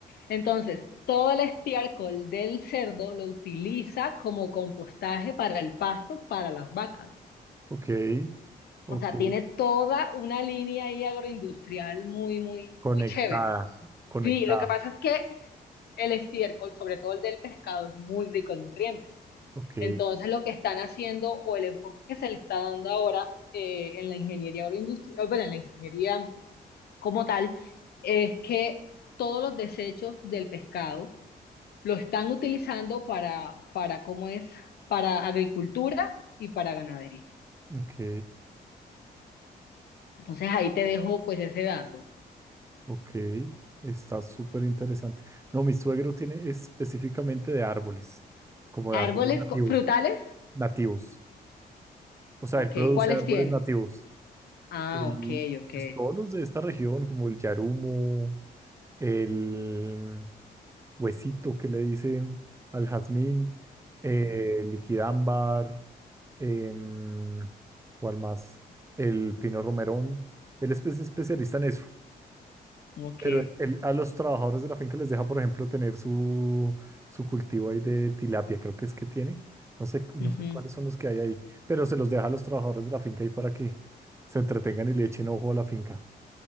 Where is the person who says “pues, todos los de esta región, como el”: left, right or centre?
Right